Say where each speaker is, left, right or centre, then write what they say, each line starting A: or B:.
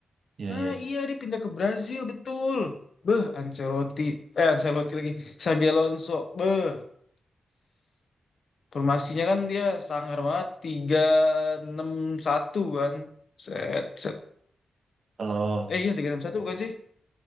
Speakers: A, on the right; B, on the left.
A: Iya,
B: Nah,
A: iya. iya.
B: iya, dia pindah ke Brazil, betul. Beh, Ancelotti. Eh, Ancelotti lagi. Sabi Alonso, beh. Formasinya kan dia sangar banget. tiga enam satu kan. Set, set.
A: Kalau
B: Eh, iya, tiga enam satu bukan sih?